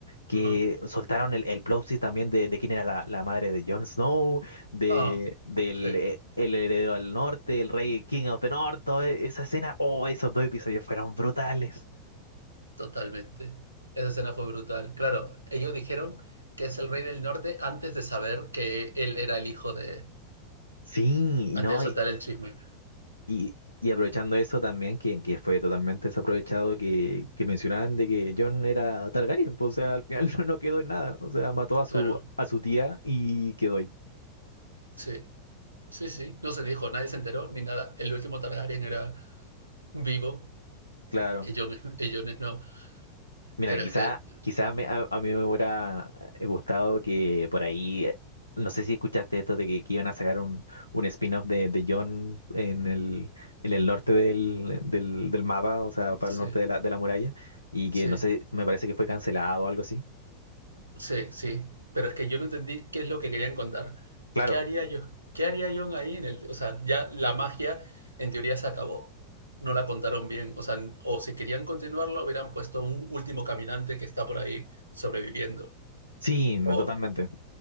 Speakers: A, on the left (about 85°); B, on the right (about 85°).
A: que
B: ajá.
A: soltaron el, el plot twist también de, de quién era la, la madre de Jon Snow, de,
B: Ah,
A: del
B: sí,
A: eh, el heredero al norte, el rey King of the North, toda esa escena, oh, esos dos episodios fueron brutales.
B: totalmente. Esa escena fue brutal. Claro, ellos dijeron que es el rey del norte antes de saber que él era el hijo de...
A: Sí,
B: antes
A: ¿no?
B: de soltar el chisme.
A: Y, y aprovechando eso también, que, que fue totalmente desaprovechado, que, que mencionaban de que John era Targaryen, pues, o sea, al final <laughs> no, no quedó en nada, o sea, mató a su,
B: Claro,
A: a su tía y quedó ahí,
B: sí. Sí, sí. No se dijo, nadie se enteró ni nada. El último Targaryen era vivo,
A: claro.
B: y Jon, y Jon Snow. <laughs>
A: Mira,
B: Pero
A: quizá,
B: es que,
A: quizá me- a, a mí me hubiera eh, gustado que por ahí, eh, no sé si escuchaste esto de que, que iban a sacar un, un spin-off de, de John en el, en el norte del, del, del mapa, o sea, para
B: sí,
A: el norte de la, de la muralla, y
B: sí.
A: que no sé, me parece que fue cancelado o algo así.
B: Sí, sí, pero es que yo no entendí qué es lo que querían contar.
A: Claro.
B: ¿Qué haría yo? ¿Qué haría Jon ahí en el, o sea, ya la magia en teoría se acabó. No la contaron bien, o sea, n- o si querían continuarla hubieran puesto un último caminante que está por ahí sobreviviendo.
A: Sí, me-
B: O
A: totalmente.